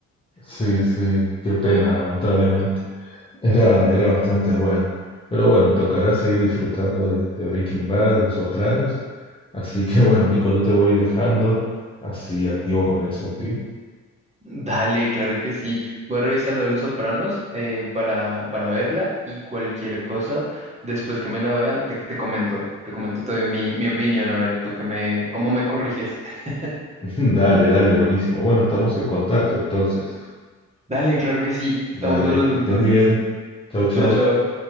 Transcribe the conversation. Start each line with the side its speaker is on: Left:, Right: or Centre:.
Left: Sí, sí, qué pena, lamentablemente. Era, era bastante buena. Pero bueno, tocará seguir disfrutando de, de Breaking Bad, de Los Sopranos. Así que bueno, Nico, yo te voy dejando así activo con eso, ¿sí?
Right: Dale, claro que sí. Voy a revisar lo de Los Sopranos eh, para, para verla y cualquier cosa, después que me la vea, te, te comento, te comento, te doy mi, mi opinión, a ver, tú que me, cómo me corriges. <laughs>
Left: <laughs> Dale, dale, buenísimo. Bueno, estamos en contacto entonces.
Right: Dale, claro que sí. Estamos
Left: Dale,
Right: hablando
Left: que estés
Right: entonces.
Left: bien. Chau, chau.
Right: Chao, chao.